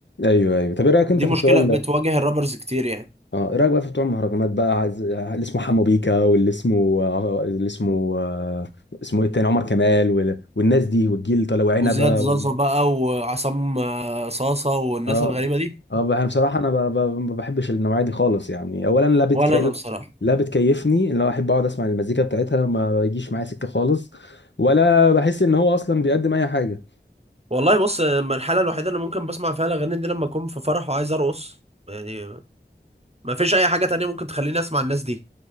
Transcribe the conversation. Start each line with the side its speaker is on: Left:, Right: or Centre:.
Left: ايوه أيوه. طب ايه رايك انت
Right: دي
Left: في
Right: مشكلة
Left: بتوع
Right: بتواجه الرابرز كتير يعني
Left: اه ايه رايك بقى في بتوع المهرجانات بقى عايز اللي اسمه حمو بيكا واللي اسمه آه، اللي اسمه آه، اسمه ايه التاني عمر كمال وال... والناس دي والجيل طلع وعنبه
Right: وزياد زازا
Left: وال...
Right: بقى وعصام آه، صاصة والناس
Left: اه
Right: الغريبة دي
Left: اه بقى- انا بصراحه انا ب... ب... ما بحبش النوعيه دي خالص يعني اولا لا بتكي...
Right: ولا انا بصراحة
Left: لا بتكيفني اللي هو احب اقعد اسمع المزيكا بتاعتها ما يجيش معايا سكه خالص ولا بحس ان هو اصلا بيقدم اي حاجه
Right: والله بص أما الحالة الوحيدة اللي ممكن بسمع فيها الأغاني دي لما أكون في فرح وعايز أرقص يعني ما فيش أي حاجة تانية ممكن تخليني أسمع الناس دي